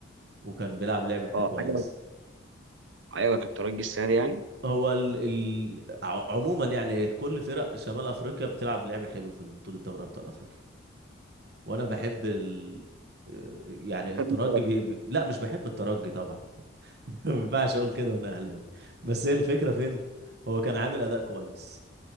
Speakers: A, on the right; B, on the right.
A: وكان بيلعب لعب ح-
B: اه
A: كويس
B: عجبك عجبك الترجي السنه دي يعني
A: هو ال... ال... ع- عموما يعني كل فرق شمال افريقيا بتلعب لعب حلو في البطولة دوري ابطال افريقيا وانا بحب ال... آه، يعني
B: بحب
A: الترجي
B: الفراخ
A: بي... بي- لا مش بحب الترجي طبعا <laughs> ما ينفعش اقول كده وانا اهلاوي بس هي الفكره فين هو كان عامل اداء كويس